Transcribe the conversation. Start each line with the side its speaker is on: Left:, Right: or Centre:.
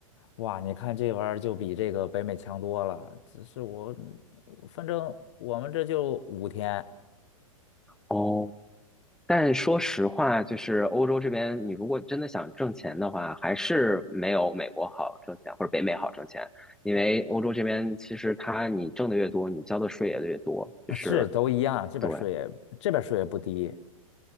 Left: 哇，你看这玩意儿就比这个北美强多了。只是我，反正我们这就五天，
Centre: 哦，但说实话，就是欧洲这边，你如果真的想挣钱的话，还是没有美国好挣钱，或者北美好挣钱。因为欧洲这边其实它你挣的越多，你交的税也越多，就是
Left: <laughs> 是都一样。这边税也这边税也不低。
Centre: 对。